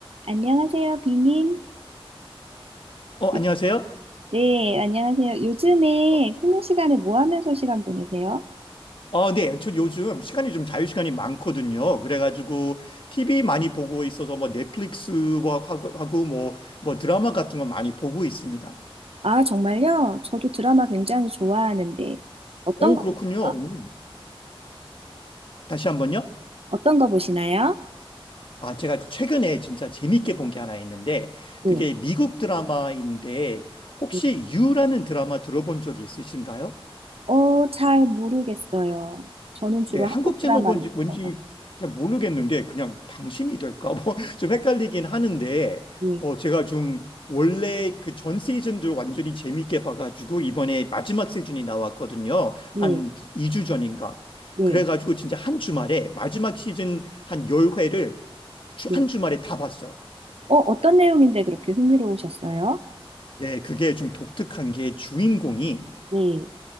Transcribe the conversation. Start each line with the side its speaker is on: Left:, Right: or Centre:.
Right: 안녕하세요, 비님.
Left: 어, 안녕하세요?
Right: 요- 네, 안녕하세요. 요즘에
Left: 어,
Right: 쉬는 시간에 뭐 하면서 시간 보내세요?
Left: 어, 네. 저 요즘 시간이 좀 자유시간이 많거든요. 그래가지고 TV 많이 보고 있어서 뭐 넷플릭스 뭐 하고, 하고 뭐, 뭐 드라마 같은 거 많이 보고 있습니다.
Right: 아, 정말요? 저도 드라마 굉장히 좋아하는데 어떤
Left: 오,
Right: 거
Left: 그렇군요.
Right: 보세요?
Left: 오. 다시 한번요.
Right: 어떤 거 보시나요?
Left: 아, 제가 최근에 진짜 재밌게 본 게 하나 있는데
Right: 네.
Left: 그게 미국 드라마인데 혹시
Right: 네.
Left: 유라는 드라마 들어본 적이 있으신가요?
Right: 어, 잘 모르겠어요. 저는 주로
Left: 네, 한국
Right: 한국
Left: 제목은
Right: 드라마를
Left: 뭔지
Right: 봐요.
Left: 잘 모르겠는데 그냥 당신이 될까 뭐 좀 <laughs> 헷갈리긴 하는데
Right: 네,
Left: 어 제가 좀 원래 그 전 시즌도 완전히 재밌게 봐가지고 이번에 마지막 시즌이 나왔거든요.
Right: 네.
Left: 한 2주 전인가.
Right: 네.
Left: 그래가지고 진짜 한 주말에 마지막 시즌 한 열회를
Right: 네.
Left: 한 주말에 다 봤어요.
Right: 어, 어떤 내용인데 그렇게 흥미로우셨어요?
Left: 네, 그게 좀 독특한 게 주인공이
Right: 네.